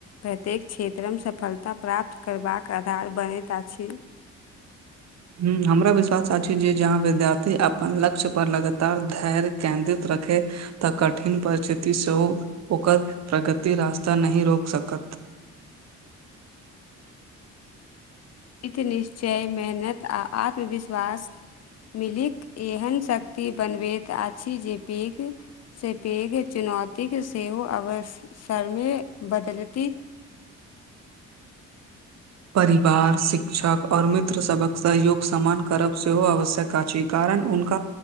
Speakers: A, on the left; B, on the right.
A: प्रत्येक क्षेत्रमे सफलता प्राप्त करबाक आधार बनैत अछि
B: ह हमरा विश्वास अछि जे जहाँ विद्यार्थी अपन लक्ष्य पर लगातार धैर्य केन्द्रित रह देखे तऽ कठिन परिस्थिति सेहो ओकर प्रगति रास्ता नहि रोक सकत <inaudible>
A: हित निश्चय मेहनत आ आत्मविश्वास मिलिक एहन शक्ति बनबैत अछि जे पैघ सँ पैघ चुनाव तिक सेहो अवसरमे बदलती
B: परिवार शिक्षक आओर मित्र सभक सहयोग समान करब सेहो आवश्यक अछि उनक